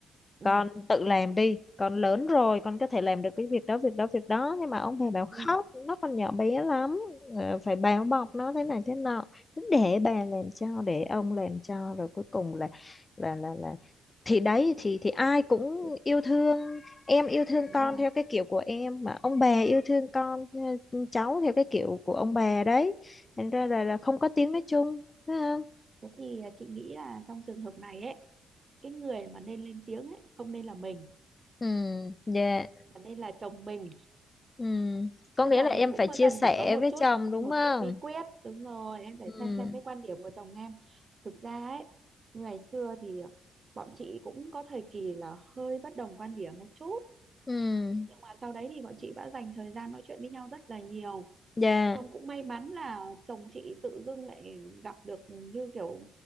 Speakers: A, on the right; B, on the left.
A: ừ,
B: con tự làm đi con lớn rồi con có thể làm được cái việc đó việc đó việc đó nhưng mà ông bà bảo khóc
A: ừ,
B: nó còn nhỏ bé lắm ờ, phải bao bọc nó thế này thế nọ Cứ để bà làm cho để ông làm cho rồi cuối cùng là là là là thì đấy thì thì ai cũng
A: thế
B: yêu thương em yêu thương
A: đúng
B: con
A: rồi
B: theo cái kiểu của em mà ông bà yêu thương con ừ, cháu theo cái kiểu của ông bà đấy thành ra là, là không có tiếng nói chung phải không
A: thế thì ờ, chị nghĩ là trong trường hợp này ấy cái người mà nên lên tiếng ấy không nên là mình
B: ừ dạ.
A: mà nên là chồng mình
B: Ừ, có
A: tức
B: nghĩa
A: là
B: là
A: mình
B: em
A: cũng
B: phải chia
A: cần
B: sẻ
A: phải có một
B: với
A: chút
B: chồng đúng
A: một
B: không?
A: chút bí quyết đúng rồi em phải
B: Ừ,
A: xem xem cái quan điểm của chồng em thực ra ấy ngày xưa thì ờ, bọn chị cũng có thời kỳ là hơi bất đồng quan điểm một chút
B: ừ,
A: nhưng mà sau đấy thì bọn chị đã dành thời gian nói chuyện với nhau rất là nhiều
B: dạ,
A: xong cũng may mắn là chồng chị tự dưng lại gặp được như kiểu